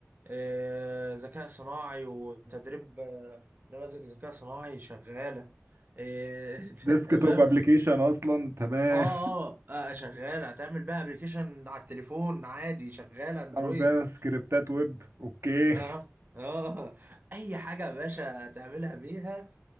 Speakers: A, on the right; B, on the right.
A: آه، ذكاء صناعي وتدريب آه، نماذج ذكاء صناعي شغاله آه، <laughs> انت
B: ديسك
A: أنت فاهم
B: توب ابلكيشن اصلا تمام
A: اه اه آه، شغاله هتعمل بيها ابلكيشن على التليفون عادي شغاله اندرويد
B: تعمل بيها سكريبتات ويب اوكي
A: اه اه <laughs> اي حاجه يا باشا تعملها بيها